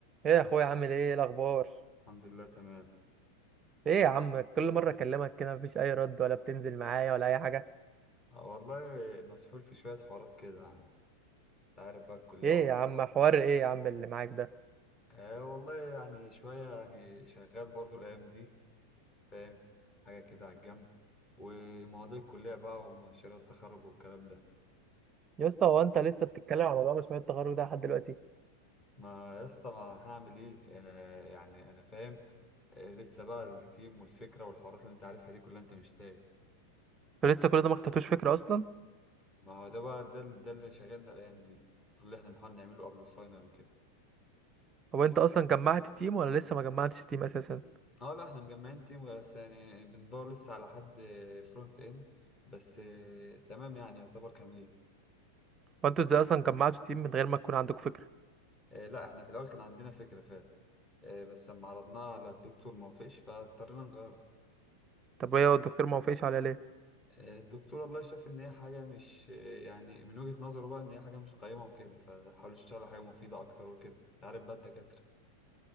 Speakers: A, on the right; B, on the left.
A: ايه يا اخويا عامل ايه إيه الاخبار
B: الحمد لله تمام
A: ايه يا عم كل مره اكلمك كده مفيش اي رد ولا بتنزل معايا ولا اي حاجه
B: آه والله مسحول في شوية حوارات كده يعني انت عارف بقى الكلية
A: ايه
B: وقرفها
A: يا عم حوار ايه يا عم اللي معاك ده
B: آه والله يعني شوية يعني شغال برضو الأيام دي فاهم حاجة كده على الجنب ومواضيع الكلية بقى ومشاريع التخرج والكلام ده
A: يا اسطى هو انت لسه بتتكلم على موضوع مشروع التخرج ده لحد دلوقتي
B: ما يا اسطى ما هعمل ايه آه يعني أنا فاهم آه لسه بقى التيم والفكرة والحوارات اللي انت عارفها دي كلها انت مش تايه
A: انت لسه كل ده ما خدتوش فكره اصلا
B: ما هو ده بقى ده, ده اللي شغلنا الأيام دي المفروض اللي احنا بنحاول نعمله قبل الفاينل وكده
A: هو انت اصلا جمعت تيم ولا لسه ما جمعتش تيم اساسا
B: اه لا احنا مجمعين تيم بس يعني بندور لسه على حد فرونت اند بس آه، تمام يعني يعتبر كاملين
A: وانتوا ازاي اصلا جمعتوا تيم من غير ما تكون عندكم فكره
B: آه، لا احنا في الاول كان عندنا فكرة فعلا آه، بس لما عرضناها على الدكتور ما وافقش فاضطرينا نغيرها
A: طب ايه
B: ف-
A: هو الدكتور ما وافقش عليها ليه
B: آه، الدكتور والله شاف ان هي حاجة مش آه، يعني من وجهة نظره بقى ان هي حاجة مش قيمة وكده فحاول يشتغل على حاجة مفيدة اكتر وكده انت عارف بقى الدكاترة